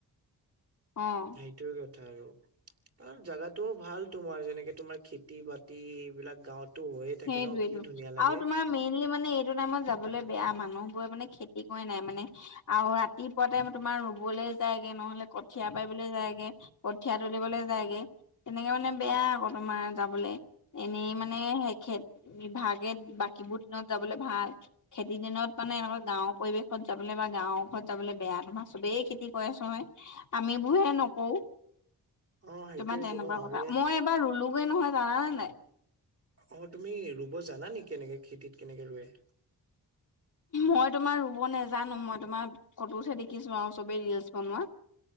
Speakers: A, on the left; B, on the right.
A: অ
B: সেটোয়ে কথা আৰু। অ' আৰু জাগাটোও ভাল তোমাৰ যেনেকে তোমাৰ খেতি-বাতি এইবিলাক গাঁৱত টো হৈয়ে থাকে
A: সেইটোয়েটো
B: ন, কি ধুনীয়া লাগে।
A: আৰু তোমাৰ মেইনলি মানে এইটো টাইমত যাবলৈ বেয়া মানুহবোৰে মানে খেতি কৰে নাই, মানে আৰু ৰাতিপুৱা টাইম তোমাৰ ৰুবলে যায়গে নহ'লে, কঠিয়া পাৰিবলৈ যায়গে। কঠীয়া তুলিবলৈ যায়গে তেনেকে মানে বেয়া আকৌ তোমাৰ যাবলে এনেই মানে খেত বিভাগে বাকীবোৰ দিনত যাবলে ভাল খেতিৰ দিনত মানে, এনেকুৱা গাঁৱৰ পৰিৱেশ ঘৰত যাবলে বা গাঁওৰ ঘৰত যাবলে বেয়া তোমাৰ চবেই খেতি কৈ আছোঁ নহয়। আমি বোৰহে নকওঁ
B: অ সেইটোয়েতো
A: তোমাৰ তেনেকুৱা
B: ন আমিয়ে
A: কথা মই এবাৰ ৰুলোগে নহয়, জানানে নাই?
B: অ' তুমি ৰুব জানা নেকি কেনেকে খেতিত কেনেকে ৰুৱে?
A: মই তোমাৰ ৰুব নেজানো মই তোমাৰ ফটোতহে দেখিছোঁ আৰু চবেই ৰিলচ বনোৱা।